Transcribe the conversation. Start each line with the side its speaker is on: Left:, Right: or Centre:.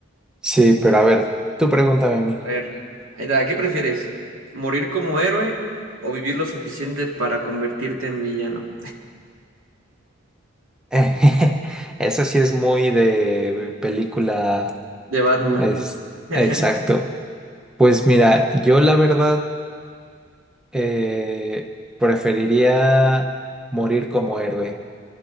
Centre: Sí, pero a ver, tú pregúntame a mí.
Right: A ver, ahí está, ¿qué prefieres? ¿Morir como héroe o vivir lo suficiente para convertirte en villano?
Centre: <laughs> Eso sí es muy de película.
Right: De Batman.
Centre: De Batman. Es,
Right: <laughs>
Centre: exacto. Pues mira, yo la verdad eh, preferiría morir como héroe.